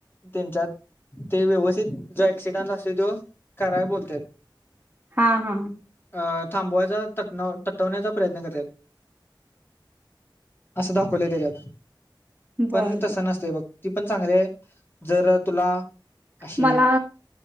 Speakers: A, on the left; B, on the right.
A: त्यांच्यात ते व्यवस्थित जो ऍक्सिडेंट असतोय तो कराय बोलत्यात.
B: हा हा
A: अ थांबवायचा तटवण्याचा प्रयत्न करत्यात. असं दाखवले त्याच्यात
B: बर
A: पण तसं
B: बर
A: नसत बघ. ती पण चांगली हाय जर तुला. अशी
B: मला